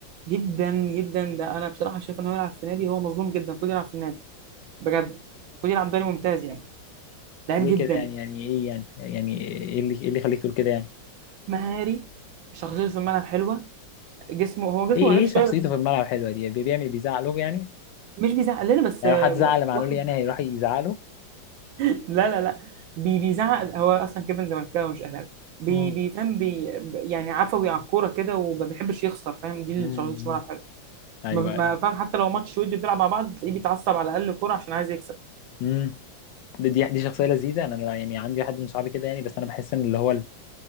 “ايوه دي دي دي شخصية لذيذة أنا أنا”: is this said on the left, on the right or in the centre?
Left